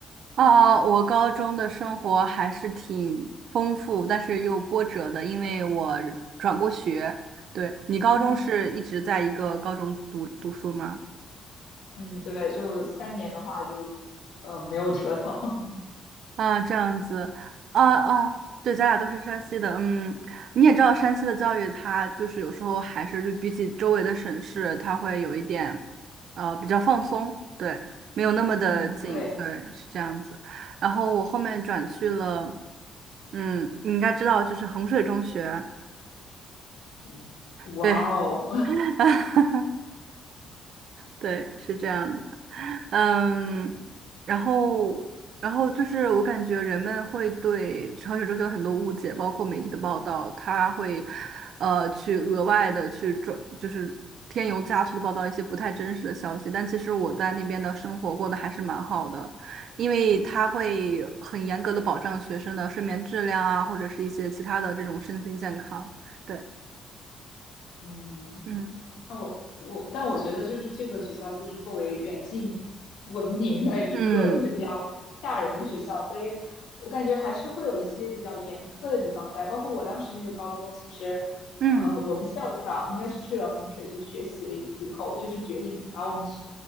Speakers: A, on the right (about 65°); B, on the left (about 80°).
A: 呃，我高中的生活还是挺丰富，但是又波折的，因为我转过学。对，你高中是一直在一个高中读读书吗？
B: 嗯嗯，对，就三年的话就，呃，没有折腾，<laughs>
A: 啊，这样子，啊啊，对，咱俩都是山西的，嗯，你也知道山西的教育，它就是有时候还是就比起周围的省市，它会有一点，呃，比较放松，对，没有那么的紧，
B: 嗯，会，
A: 对，是这样子。然后我后面转去了。嗯，你应该知道，就是衡水中学，
B: 嗯哇哦，
A: 对
B: <laughs>
A: <laughs> 对，是这样的，嗯，然后然后就是我感觉人们会对衡水中学有很多误解，包括媒体的报道，他会呃去额外的去转，就是添油加醋的报道一些不太真实的消息，但其实我在那边的生活过得还是蛮好的，因为他会很严格的保障学生的睡眠质量啊，或者是一些其他的这种身心健康，对，
B: 嗯。
A: 嗯。
B: 那我我，但我觉得就是这个学校就是作为远近闻名的一个就是比较吓人的学校，
A: 嗯
B: 所以我感觉还是会有一些比较严苛的地方在。包括我当时那个高中，其实呃，
A: 嗯
B: 我们校长应该是去了衡水就学习了一次以后，就是决定把我们学